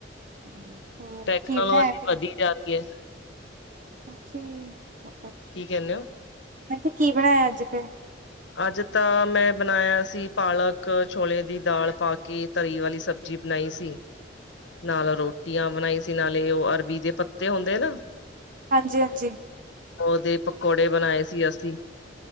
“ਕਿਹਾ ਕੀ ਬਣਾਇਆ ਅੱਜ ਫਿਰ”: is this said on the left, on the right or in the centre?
Right